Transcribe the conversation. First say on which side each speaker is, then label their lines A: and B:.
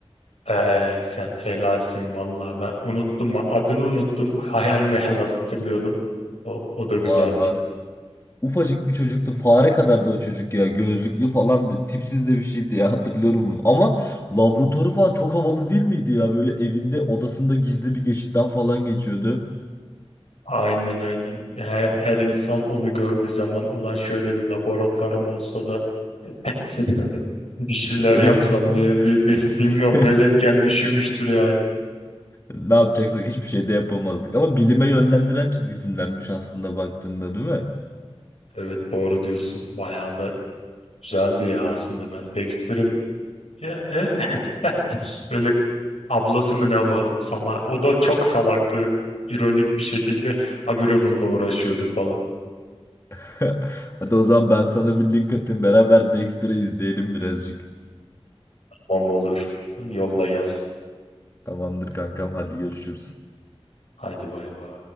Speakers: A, on the left (about 85°); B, on the left (about 30°).
A: Ee, sen helalsin vallahi ben unuttum adını unuttum hayal meyal hatırlıyordum o, o
B: var
A: da güzeldi.
B: var. Ufacık bir çocuktu. Fare kadardı o çocuk ya. Gözlüklü falandı. Tipsiz de bir şeydi ya <laughs> hatırlıyorum bunu. Ama laboratuvarı falan çok havalı değil miydi ya? Böyle evinde odasında gizli bir geçitten falan geçiyordu.
A: Aynen aynen. Her, her insan onu gördüğü zaman ulan şöyle bir laboratuvarım olsa da <laughs> bir şeyler
B: İçi öyle...
A: yapsam diye bir, bir-
B: <laughs>
A: bilmiyorum veletken düşünmüştür yani.
B: Ne yapacaksak hiçbir şey de yapamazdık. Ama bilime yönlendiren çizgi filmlermiş aslında baktığında değil mi?
A: Evet doğru diyorsun. Bayağı da güzeldi ya aslında ben Dexter'in ya, e- <laughs> öyle ablası mı ne vardı salak. O da çok salaktı. ironik bir şekilde habire bununla uğraşıyordu falan.
B: <laughs> Hadi o zaman ben sana bir link atayım. Beraber Dexter'ı izleyelim birazcık.
A: Bom olur. Yolla gelsin.
B: Tamamdır kankam hadi görüşürüz.
A: Haydi bay bay.